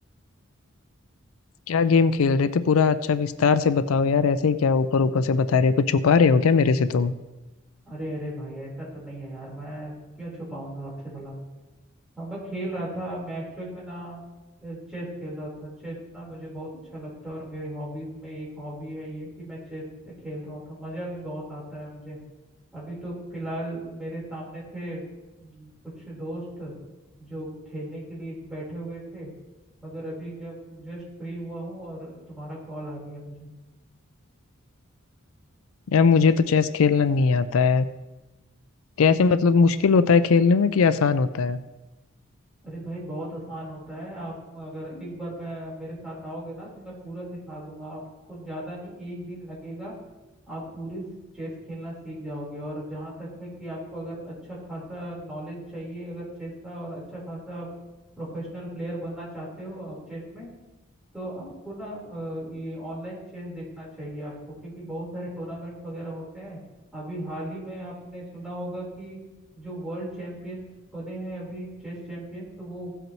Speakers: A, on the left; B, in the centre.
A: क्या गेम खेल रहे थे पूरा अच्छा विस्तार से बताओ यार ऐसे ही क्या ऊपर ऊपर से बता रहे हो कुछ छुपा रहे हो क्या मेरे से तुम
B: अरे अरे भाई ऐसा तो नहीं है यार मैं क्यों छुपाऊंगा आपसे भला हाँ मैं खेल रहा था मैं एक्चुअल में ना चेस खेल रहा था चेस ना मुझे बहुत अच्छा लगता है और मेरी हॉबीज में एक हॉबी है ये कि मैं चेस खेल रहा था मज़ा भी बहुत आता है मुझे अभी तो फिलहाल मेरे सामने थे हम्म, कुछ दोस्त जो खेलने के लिए बैठे हुए थे मगर अभी जब जस्ट फ्री हुआ हूँ और तुम्हारा कॉल आ गया मुझे
A: यार मुझे तो चेस खेलना नहीं आता है कैसे मतलब मुश्किल होता है खेलने में कि आसान होता है
B: अरे भाई बहुत आसान होता है आप अगर एक बार मैं मेरे साथ आओगे ना तो मैं पूरा सिखा दूंगा आपको ज़्यादा नहीं एक दिन लगेगा आप पूरे चेस खेलना सीख जाओगे और जहाँ तक है कि आपको अगर अच्छा खासा नॉलेज चाहिए अगर चेस का और अच्छा खासा प्रोफेशनल प्लेयर बनना चाहते हो आप चेस में तो आपको ना अ, ये ऑनलाइन चेस देखना चाहिए आपको क्योंकि बहुत सारे टूर्नामेंट वगैरह होते हैं अभी हाल ही में आपने सुना होगा कि जो वर्ल्ड चैंपियन बने हैं अभी चेस चैंपियन तो वो